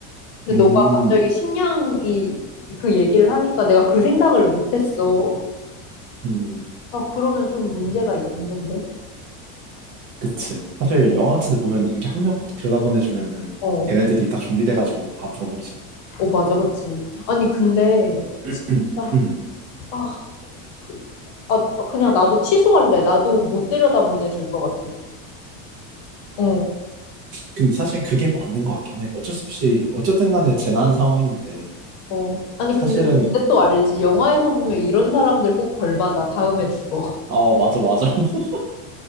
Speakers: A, on the left (about 65°); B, on the right (about 40°).
A: 근데
B: 음,
A: 너가 갑자기 식량이 그 얘기를 하니까 내가 그 생각을 못했어.
B: 음,
A: 아, 그러면 좀 문제가 있- 있는데?
B: 그치. 사실 영화 같은 데 보면 이렇게 한 명 꼭 들여다보내주면은
A: 어,
B: 걔네들이 딱 준비돼가지고 다 물어버리잖아.
A: 어, 맞아, 그치. 아니, 근데,
B: <clears throat>
A: 진짜,
B: 음.
A: 아, 그, 아, 어, 그냥 나도 취소할래. 나도 못 들여다 보내줄 것 같아. 어,
B: 근데 사실 그게 맞는 것 같긴 해. 어쩔 수 없이, 어쨌든 간에 재난 상황인데,
A: 어. 아니,
B: 사실은,
A: 근데, 근데 또 알지. 영화에서 보면 이런 사람들 꼭 벌 받아. 다음에 죽어.
B: 어, 맞아, 맞아. <laughs>